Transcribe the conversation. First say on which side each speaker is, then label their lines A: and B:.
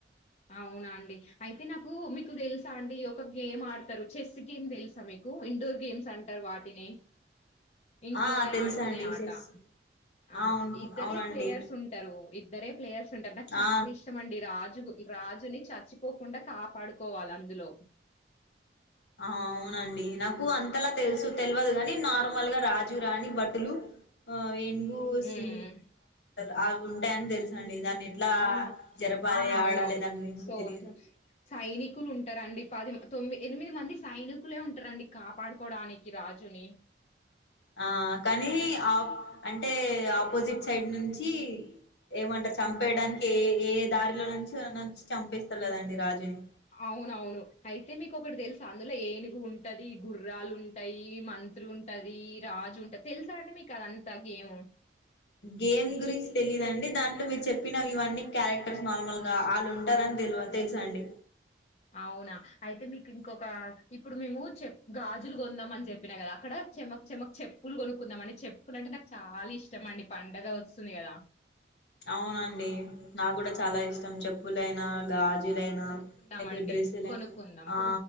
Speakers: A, on the left (about 35°); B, on the left (about 70°).
A: అవునా అండి అయితే నాకు మీకు తెలుసా అండి ఒక గేమ్ ఆడతారు చెస్ గేమ్ తెలుసా మీకు ఇండోర్ గేమ్స్ అం టార్ వాటిని ఇంట్లోనే
B: ఆ తెలుసా
A: ఆడుకునే
B: అండి
A: ఆట
B: చెస్
A: ఆ
B: అవును
A: ఇద్దరే
B: అవునండి
A: ప్లేయర్స్ ఉంటారు ఇద్దరే ప్లేయర్స్ ఉంటారు నాకు చాలా
B: ఆ
A: ఇష్టమండి రాజుకు రాజుని చచ్చిపోకుండా కాపాడుకోవాలి అందులో
B: ఆ అవునండి నాకు అంతలా తెలుసు తెలియదు కాగాని నార్మల్ గా రాజు రాణి బట్టలు ఆ వెంగుూ సి
A: ఉమ్
B: ఆ ఉంటాయని తెలుస అండి దాన్ని ఎట్లా
A: ఆ
B: జరపాలి
A: అవునవును
B: ఆడాలి దాని గురించి
A: సోల్
B: తెలియదు
A: సైనికులు ఉంటారం అండి పది తొమ్మిది ఎనిమిది మంది సైనికులే ఉంటారండి కాపాడుకోవడానికి రాజుని
B: ఆ కానీ ఆ అంటే ఆపోజిట్ సైడ్ నుంచి ఏమంటారు చంపేయడానికి ఏ ఏ దారిలో నుంచిచ్చి చంపేస్తారు కదండి రాజుని
A: అవునవును అయితే మీకు ఒకటి తెలుసు అందులో ఏనుగు ఉంటంది ఉంటది గుర్రాలు ఉంటాయి మంత్రి ఉంటది రాజు ఉంటాది తెలుసా అండి మీకు అది అంతా గేమ్
B: గేమ్ గురించి తెలిదుండి దాంట్లో మీరు చెప్పిన ఇవన్నీ క్యారెక్టర్స్ నార్మల్గా వాళ్ళు ఉంటారని తెలి తెలుసా అండి
A: అవునా అయితే మీకు ఇంకొక ఇప్పుడు మేము చె గాజులు కొందాం అని చెప్పినా కదా అక్కడ చెమక్ చెమక్ చెప్పులు కొనుక్కుందాం అండి చెప్పులు అంటే నాకు చాలా ఇష్టం అండి పండగ వస్తుంది కదా
B: అవునండి నా కూడా చాలా ఇష్టం చెప్పులైనా గాజులైనా
A: ఉమ్, కొనుక్కుందామండి
B: లే డ్రెస్సులనా
A: కొనుక్కుందాం
B: ఆ